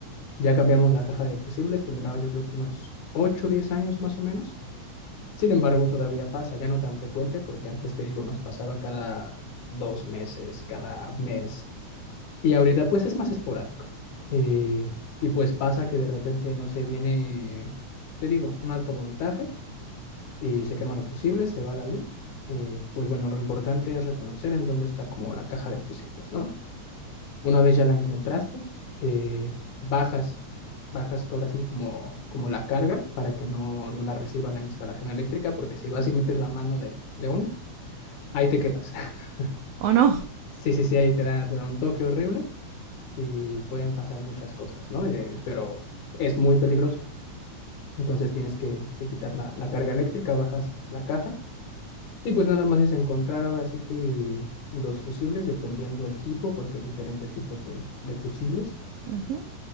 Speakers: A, on the left; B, on the right.
A: Ya cambiamos la caja de fusibles, tendrá yo creo que unos 8 o 10 años más o menos. Sin embargo, todavía pasa, ya no tan frecuente, porque antes te digo, nos pasaba cada dos meses, cada mes. Y ahorita pues es más esporádico. Eh, y pues pasa que de repente, no se viene, te digo, un alto voltaje y se queman los fusibles, se va la luz. Eh, pues bueno, lo importante es reconocer en dónde está como la caja de fusibles, ¿no? Una vez ya la encontraste, eh, bajas, bajas que ahora sí como, como la carga para que no, no la reciba la instalación eléctrica, porque si vas y metes la mano de, de una, ahí te quedas. <laughs>
B: ¿O no?
A: Sí, sí, sí, ahí te da, te da un toque horrible y pueden pasar muchas cosas, ¿no? Eh, pero es muy peligroso. Entonces tienes que, que quitar la, la carga eléctrica, bajas la caja y pues nada más es encontrar ahora sí que los fusibles, dependiendo el tipo, porque hay diferentes tipos de, de fusibles
B: Ujú.